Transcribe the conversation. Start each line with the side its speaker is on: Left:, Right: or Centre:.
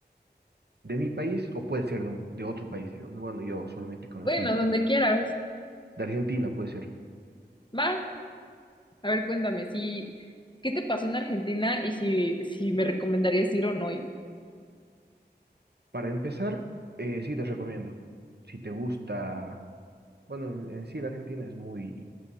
Right: ¿De mi país o puede ser de, un- de otro país? Digo, bueno, yo solamente conocí
Left: Bueno, donde quieras.
Right: de Argentina, puede ser.
Left: Va, a ver, cuéntame, si, ¿qué te pasó en Argentina y si, si me recomendarías ir o no ir?
Right: Para empezar, eh, sí te recomiendo. Si te gusta, bueno, en, en sí la Argentina es muy,